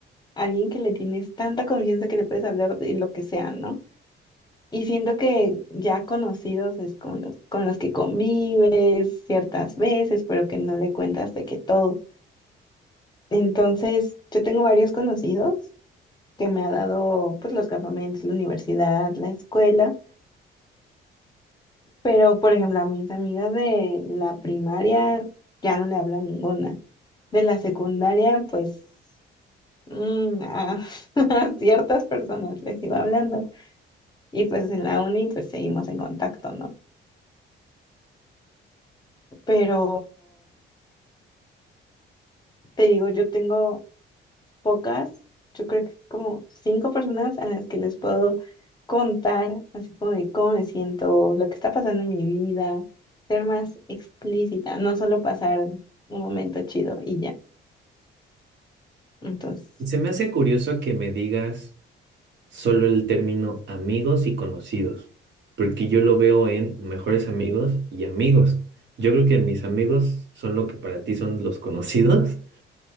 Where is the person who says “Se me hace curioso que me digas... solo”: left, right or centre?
Right